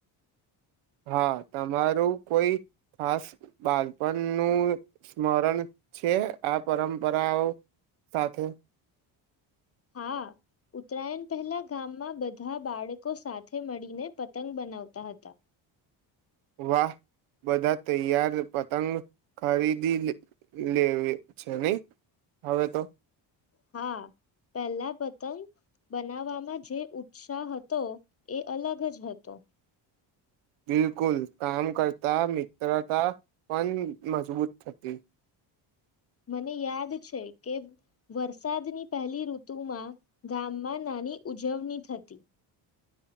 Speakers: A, on the right (about 75°); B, on the left (about 30°).
A: હા તમારું કોઈ ખાસ બાલપણનું સ્મરણ છે આ પરંપરાઓ સાથે
B: હા ઉત્તરાયણ પહેલા ગામમાં બધા બાળકો સાથે મળીને પતંગ બનાવતા હતા.
A: વાહ બધા તૈયાર પતંગ ખરીદી લેવે છે નહી હવે તો
B: હા પહેલા પતંગ બનાવવામાં જે ઉત્સાહ હતો એ અલગ જ હતો.
A: બિલકુલ કામ કરતા મિત્રતા પણ મજબૂત થતી.
B: મને યાદ છે કે વરસાદની પહેલી ઋતુમાં ગામમાં નાની ઉજવણી થતી.